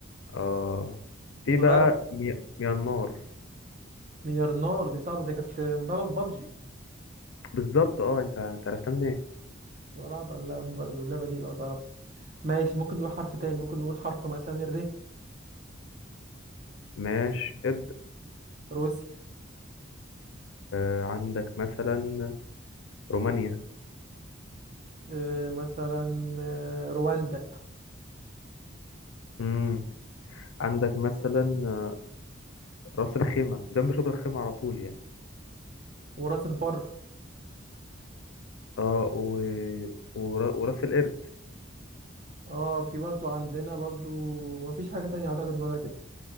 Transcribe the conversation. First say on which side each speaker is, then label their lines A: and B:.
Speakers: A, on the left (about 80°); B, on the right (about 40°).
A: اه في
B: نغير
A: بقى مي- ميانمار
B: ميرنار دي صعبة دي كانت مبابا في بابجي
A: بالظبط اه انت انت عرفتها منين؟
B: كنت بلعب على اللعبة دي لو تعرف ماشي ممكن نقول حرف تاني ممكن نقول حرف مثلا الر
A: ماشي ابدأ
B: روسيا
A: آه عندك مثلا رومانيا
B: آه، مثلا آه، رواندا
A: امم عندك مثلا آه، راس الخيمة جنب شبرا الخيمة على طول يعني
B: وراس البر
A: اه و... ور... وراس القرد
B: اه في برضو عندنا برضو مفيش حاجة تانية اعتقد نقولها كده